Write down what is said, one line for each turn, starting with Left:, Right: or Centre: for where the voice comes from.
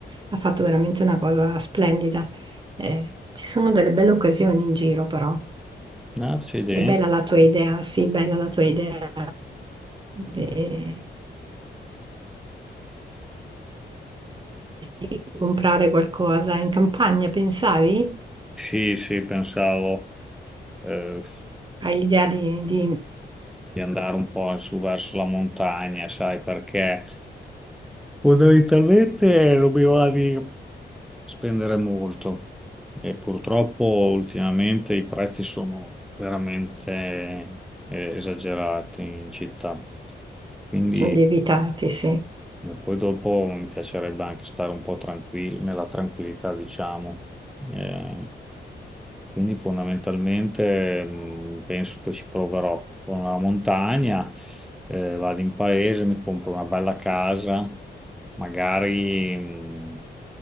Right: ha fatto veramente una cosa splendida. Eh, ci sono delle belle occasioni in giro, però.
Centre: accidenti.
Right: È bella la tua idea, sì, bella la tua idea. De- di comprare qualcosa in campagna, pensavi?
Centre: Sì, sì, pensavo eh,
Right: Hai l'idea di, di...
Centre: di andare un po' su verso la montagna, sai, perché Fondamentalmente dobbiamo di spendere molto e purtroppo ultimamente i prezzi sono veramente eh, esagerati in città. Mm. Quindi
Right: Sono lievitati, sì.
Centre: ma poi dopo mi piacerebbe anche stare un po' tranquillo, nella tranquillità, diciamo. Eh, quindi fondamentalmente mh, penso che ci proverò con la montagna, eh, vado in paese, mi compro una bella casa, magari mh,